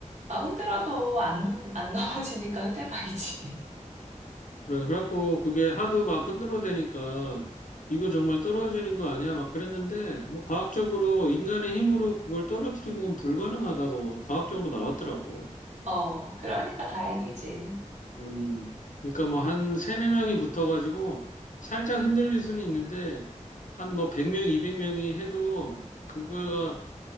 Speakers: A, on the right; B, on the left.
A: 나 흔들어도 안, 안 넘어지니까 흔대바위지.
B: 그래 그래갖고 그게 하도 막 흔들어 대니까 이거 정말 떨어지는 거 아니야? 막 그랬는데 뭐 과학적으로 인간의 힘으로 그걸 떨어뜨린 건 불가능하다고 과학적으로 나왔더라고.
A: <laughs> 어, 그러니까 다행이지.
B: 음, 그러니까 뭐 한 세네 명이 붙어가지고 살짝 흔들릴 수는 있는데 한 뭐 100명, 200명이 해도 그거가